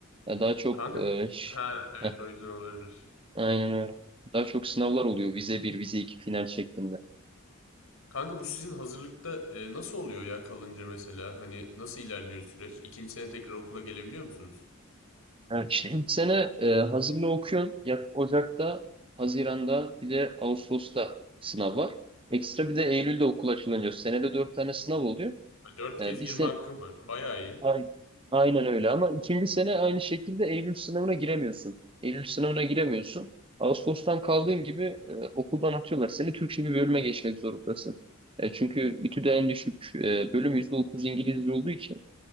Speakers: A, on the right; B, on the left.
A: Ya daha çok
B: Kanka,
A: e, ş-
B: ha evet
A: heh,
B: o yüzden olabilir.
A: aynen öyle. Daha çok sınavlar oluyor. Vize bir vize iki final şeklinde.
B: Kanka bu sizin hazırlıkta e, nasıl oluyor ya kalınca mesela? Hani nasıl ilerliyor süreç? İkinci sene tekrar okula gelebiliyor musunuz?
A: Evet, işte. ilk sene e, hazırlığı okuyorsun. Ya Ocak'ta, Haziran'da bir de Ağustos'ta sınav var. Ekstra bir de Eylül'de okul açılınca senede dört tane sınav oluyor.
B: Ha, Dört
A: E,
B: kez
A: bir,
B: girme
A: sen,
B: hakkım var. Bayağı iyi.
A: Aynen, aynen öyle ama ikinci sene aynı şekilde Eylül sınavına giremiyorsun. Eylül sınavına giremiyorsun. Ağustos'tan kaldığın gibi e, okuldan atıyorlar. Seni Türkçe bir bölüme geçmek zorundasın. E, çünkü İTÜ'de en düşük e, bölüm %30 İngilizce olduğu için.